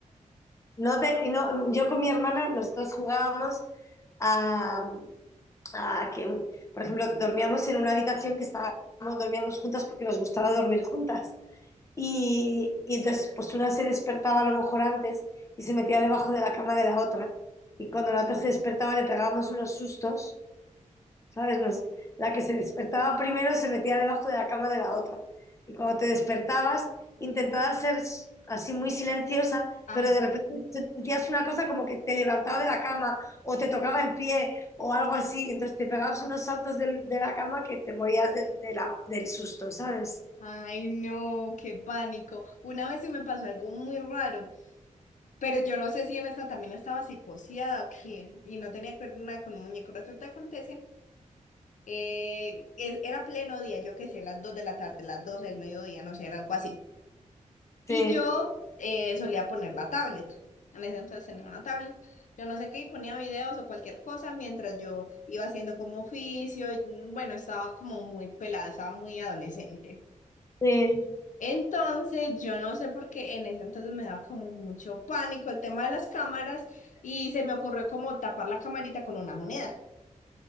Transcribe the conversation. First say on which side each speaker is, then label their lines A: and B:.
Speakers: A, on the left (about 20°); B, on the left (about 70°).
A: No te, y no, yo con mi hermana, nosotros jugábamos a, a que, un- por ejemplo, dormíamos en una habitación que estábamos, dormíamos juntas porque nos gustaba dormir juntas. Y, y entonces, pues una se despertaba a lo mejor antes y se metía debajo de la cama de la otra. Y cuando la otra se despertaba le pegábamos unos sustos ¿sabes? Nos- la que se despertaba primero se metía debajo de la cama de la otra. Y cuando te despertabas, intentabas ser s- así muy silenciosa,
B: Ajá.
A: pero de repente sentías una cosa como que te levantaba de la cama o te tocaba el pie o algo así. Entonces te pegabas unos saltos del- de, la cama que te morías de- de la- del susto, ¿sabes?
B: Ay, no, qué pánico. Una vez sí me pasó algo muy raro, pero yo no sé si en esta también estaba psicoseada o qué, y no tenía que ver nada con un muñeco. Resulta que acontece, eh, e- era pleno día, yo qué sé, las 2 de la tarde, las 12 del mediodía, no sé, era algo así.
A: Sí,
B: Y yo eh, solía poner la tablet. En ese entonces tenía una tablet. Yo no sé qué, y ponía videos o cualquier cosa mientras yo iba haciendo como oficio. y, mm, bueno, estaba como muy pelada, estaba muy adolescente.
A: sí.
B: Entonces, yo no sé por qué en ese entonces me daba como mucho pánico el tema de las cámaras y se me ocurrió como tapar la camarita con una moneda.